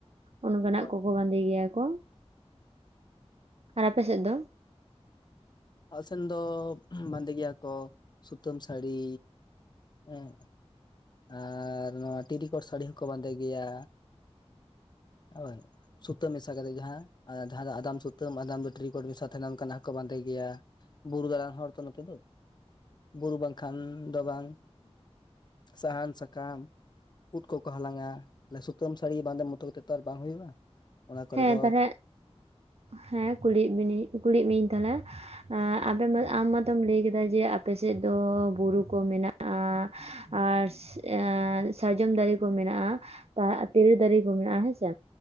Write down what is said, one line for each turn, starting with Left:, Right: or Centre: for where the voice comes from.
Right: ᱚᱱᱠᱟᱱᱟᱜ
Left: ᱦᱳᱭ
Right: ᱠᱚᱠᱚ ᱵᱟᱸᱫᱮ ᱜᱮᱭᱟ ᱠᱚ ᱾ ᱟᱨ ᱟᱯᱮ ᱥᱮᱫ ᱫᱚ
Left: ᱟᱞ ᱥᱮᱱ ᱫᱚ ᱵᱟᱸᱫᱮ ᱜᱮᱭᱟ ᱠᱚ ᱥᱩᱛᱟᱹᱢ ᱥᱟᱹᱲᱤ ᱦᱮᱸ ᱟᱨ ᱱᱚᱣᱟ ᱴᱨᱤᱠᱚᱳᱴ ᱥᱟᱹᱲᱤ ᱦᱚᱸᱠᱚ ᱵᱟᱸᱫᱮ ᱜᱮᱭᱟ ᱦᱳᱭ ᱥᱩᱛᱟᱹᱢ ᱢᱮᱥᱟ ᱠᱟᱛᱮ ᱡᱟᱦᱟᱸ ᱡᱟᱦᱟᱸ ᱟᱫᱟᱢ ᱥᱩᱛᱟᱹᱢ ᱛᱩᱟᱹᱢ ᱟᱫᱢ ᱫᱚ ᱴᱨᱤᱠᱚᱴ ᱢᱮᱥᱟ ᱛᱟᱦᱮᱢ ᱠᱟᱱᱟ ᱦᱚᱸᱠᱚ ᱵᱟᱸᱫᱮ ᱜᱮᱭᱟ ᱵᱩᱨᱩ ᱫᱟᱬᱟᱱ ᱦᱚᱲ ᱛᱚ ᱱᱚᱛᱮ ᱫᱚ ᱵᱩᱨᱩ ᱵᱟᱝᱠᱷᱟᱱ ᱫᱚ ᱵᱟᱝ ᱥᱟᱦᱟᱱ ᱥᱟᱠᱟᱢ ᱩᱫ ᱠᱚᱠᱚ ᱦᱟᱞᱟᱝᱟ ᱞᱚᱥᱚᱛ ᱥᱩᱛᱟᱹᱢ ᱥᱟᱹᱲᱤᱮ ᱵᱟᱸᱫᱮ ᱢᱚᱴᱚ ᱜᱮᱛᱚ ᱫᱚ ᱟᱨ ᱵᱟᱝ ᱦᱩᱭᱩᱜᱼᱟ ᱚᱱᱟ ᱠᱚᱨᱮ
Right: ᱦᱮᱸ
Left: ᱫᱚ
Right: ᱛᱟᱞᱦᱮ ᱦᱮᱸ ᱠᱩᱞᱤᱭᱮᱫ ᱠᱩᱞᱤᱭᱮᱫ ᱢᱤᱭᱟᱹᱧ ᱛᱟᱦᱚᱞᱮ ᱦᱮᱸ ᱟᱵᱮᱱ ᱟᱢ ᱢᱟᱛᱚᱢ ᱞᱟᱹᱭ ᱠᱮᱫᱟ ᱡᱮ ᱟᱯᱮ ᱥᱮᱫ ᱫᱚ ᱵᱩᱨᱩ ᱠᱚ ᱢᱮᱱᱟᱜᱼᱟ ᱟᱨ ᱮ ᱥᱟᱨᱡᱚᱢ ᱫᱟᱨᱮ ᱠᱚ ᱢᱮᱱᱟᱜᱼᱟ ᱛᱤᱨᱤᱞ ᱫᱟᱨᱮ ᱠᱚ ᱢᱮᱱᱟᱜᱼᱟ ᱦᱮᱸᱥᱮ